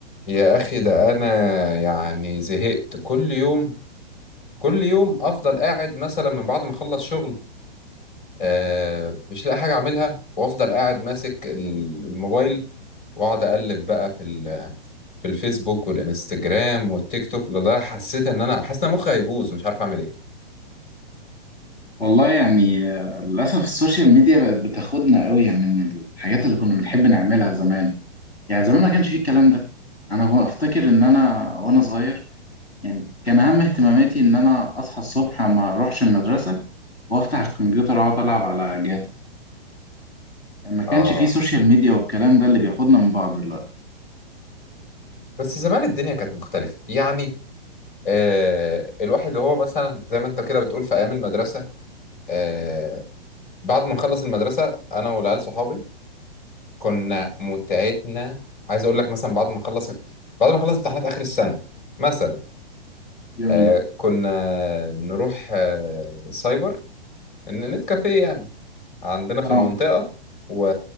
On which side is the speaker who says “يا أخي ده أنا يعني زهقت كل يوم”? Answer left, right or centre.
Left